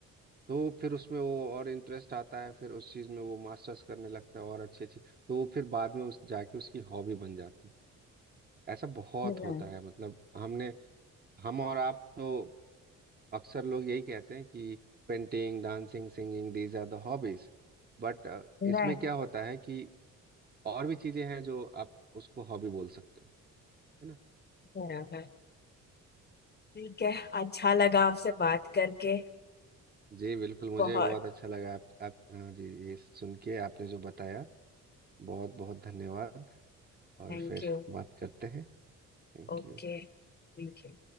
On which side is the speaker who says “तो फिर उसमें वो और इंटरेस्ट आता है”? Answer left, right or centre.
Right